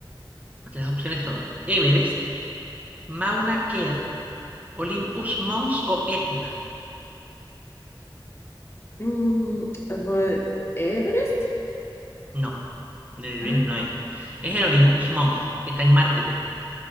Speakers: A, on the right (about 15°); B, on the left (about 30°).
A: Las opciones son Everest, Mauna Kea, Olympus Mons o Etna.
B: Mm, fue ¿Everest?
A: No, de Everest
B: Ah,
A: no es. Es el Olympus Mons. Está en Marte.